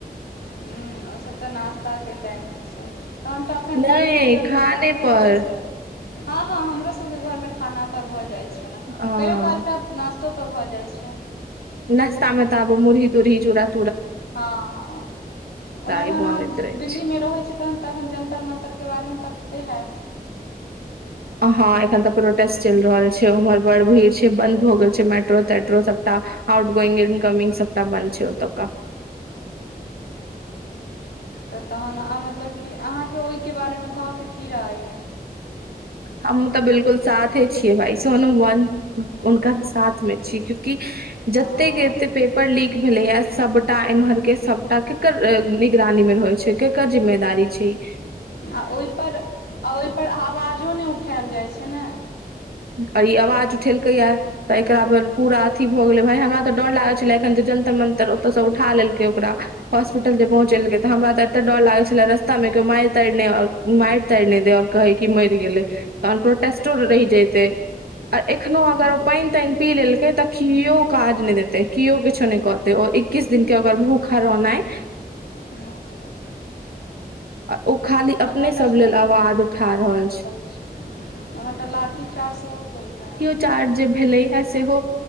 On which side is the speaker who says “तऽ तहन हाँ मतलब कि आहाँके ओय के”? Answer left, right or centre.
Left